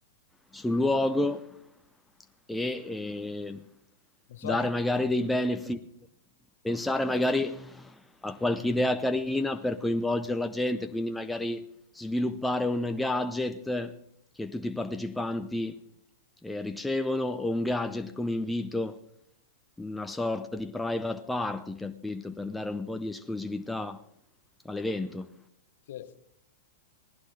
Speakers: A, in the centre; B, on the left.
A: sul luogo e, e
B: Non so
A: dare
B: anche
A: magari dei benefit, pensare magari a qualche idea carina per coinvolgere la gente, quindi magari sviluppare un gadget che tutti i partecipanti eh, ricevono o un gadget come invito, una sorta di private party, capito? Per dare un po' di esclusività all'evento.
B: se...